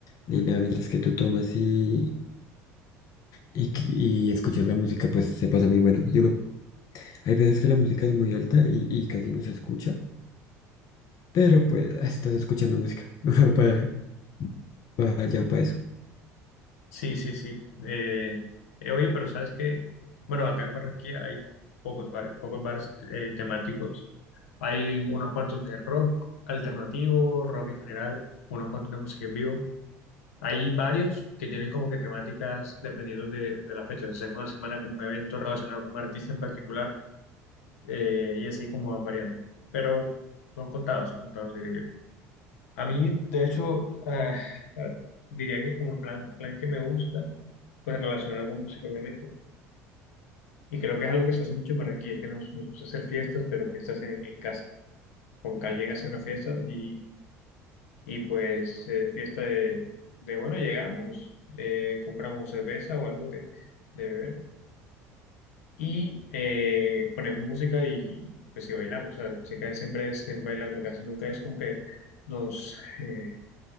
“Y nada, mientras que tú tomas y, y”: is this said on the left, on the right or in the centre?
Left